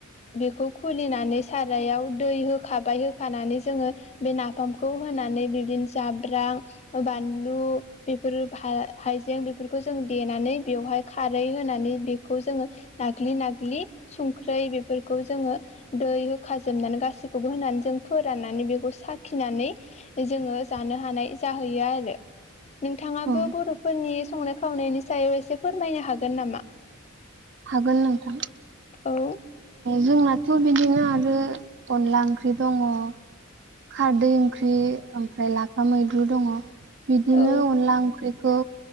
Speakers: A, on the left (about 30°); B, on the right (about 60°).
A: बेखौ खुलिनानै सारायाव दै होखाबाय होखानानै जोङो बे नाफामखौ होनानै बिद्बिनो जाब्रां बानलु बेफोरो हाइजें बेफोरखौ जों देनानै बेवहाय खारै होनानै बेखौ जोङो नाग्लि नाग्लि संख्रै बेफोरखौ जोङो दै जोबनानै गासैखौबो होनानै जों फोराननानै बेखौ साखिनानै जोङो जानो हानाय जाहैयो आरो नोंथाङाबो
B: औ
A: बर'फोरनि संनाय खावनायनि सायाव एसे फोरमायनो हागोन नामा?
B: हागोन नोंथां
A: औ
B: जोंनाथ' बिदिनो आरो अनला ओंख्रि दङ खारदै ओंख्रि ओमफ्राय लाफा मैद्रु दङ। बिदिनो
A: औ
B: अनला ओंख्रिखौ